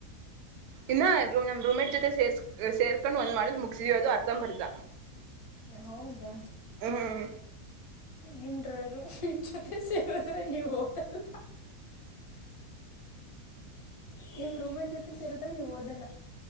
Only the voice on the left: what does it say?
ಹೌದಾ
ನಿಮ್ಮ ಜೊತೆ ಸೇರುದ್ರೆ ನೀವು ಓದಲ್ಲ ನಿಮ್ ರೂಮನ್ ಜೊತೆ ಸೇರಿದ್ರೆ ನೀವ್ ಓದಲ್ಲ